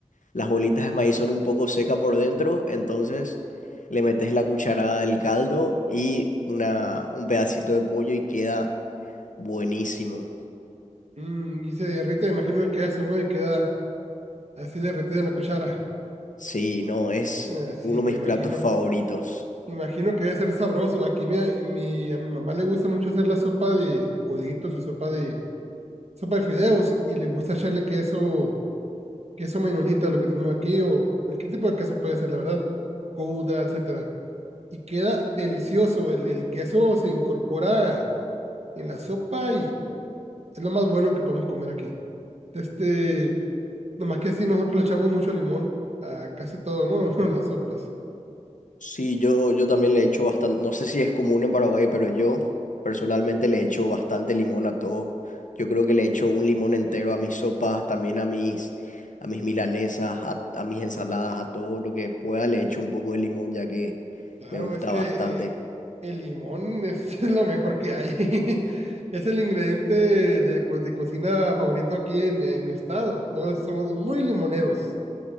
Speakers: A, on the left; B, on the right.
A: las bolitas de maíz son un poco secas por dentro. Entonces le metes la cucharada del caldo y una, un pedacito de pollo y queda buenísimo.
B: Mm, y se derrite, me imagino el queso, ¿no? Y queda Así derretida en la cuchara.
A: Sí, no, es
B: Ah, sí,
A: uno
B: me
A: de mis
B: imagino.
A: platos favoritos.
B: Me imagino que debe ser sabroso. Aquí mi, mi- a mi mamá le gusta mucho hacer la sopa de, de coditos o sopa de, sopa de fideos y le gusta echarle queso, queso menonita, lo que tenemos aquí, o cualquier tipo de queso puede ser, la verdad, gouda, etcétera. Y queda delicioso. El, el queso se incorpora en la sopa y es lo más bueno que podemos comer aquí. Este, nomás que así nosotros le echamos mucho limón a casi todo, ¿no? <laughs> Las sopas.
A: Sí, yo, yo también le echo bastante, no sé si es común en Paraguay, pero yo personalmente le echo bastante limón a todo. Yo creo que le echo un limón entero a mis sopas, también a mis, a mis milanesas, a, a mis ensaladas, a todo lo que pueda le echo un poco de limón, ya que
B: Claro,
A: me gusta
B: es que
A: bastante.
B: eh, el limón es <laughs> lo mejor que hay. <laughs> Es el ingrediente de, co- de cocina favorito aquí en, en mi estado. Todos somos muy limoneros.